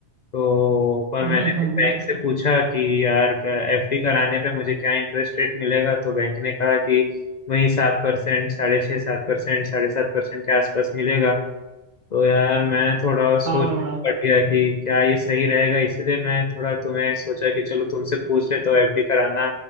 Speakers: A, on the left; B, on the right.
A: तो पर
B: हम्म
A: मैंने
B: हम्म
A: फिर बैंक
B: हम्म
A: से पूछा कि यार एफडी कराने पे मुझे क्या इंटरेस्ट रेट मिलेगा तो बैंक ने कहा कि वही सात परसेंट साढ़े छः सात परसेंट साढ़े सात परसेंट के आसपास मिलेगा तो यार मैं थोड़ा
B: हाँ
A: सोच में पड़ गया कि क्या ये सही रहेगा इसीलिए मैं थोड़ा तुम्हें सोचा कि चलो तुमसे पूछ लेता हूँ एफडी कराना